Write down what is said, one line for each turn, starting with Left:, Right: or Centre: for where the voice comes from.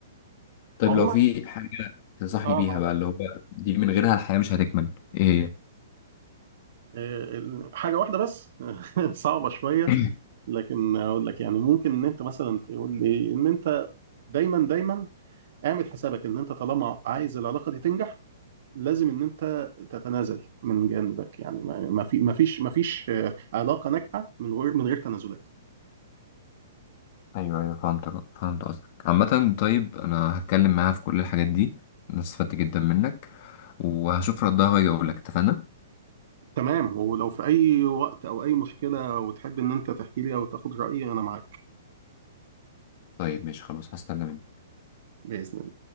Left: طيب
Right: عموما
Left: لو في حاجه تنصحني
Right: اه
Left: بيها
Right: مع
Left: بقى اللي هو دي من غيرها الحياه مش هتكمل ايه
Right: آه، ال- حاجه واحده بس <laughs> صعبه شويه
Left: هي
Right: لكن اقول لك يعني ممكن ان انت مثلا تقول لي ان انت دايما دايما اعمل حسابك ان انت طالما عايز العلاقه دي تنجح لازم ان انت تتنازل من جانبك يعني ما ما في ما فيش ما فيش آه، علاقه ناجحه من غير من غير تنازلات
Left: ايوه ايوه فهمت فهمت قصدك عامة طيب انا هتكلم معاها في كل الحاجات دي انا استفدت جدا منك وهشوف ردها واجي اقول لك اتفقنا
Right: تمام ولو في اي وقت او اي مشكله وتحب ان انت تحكي لي او تاخد رايي انا معاك
Left: طيب ماشي خلاص هستنى منك
Right: باذن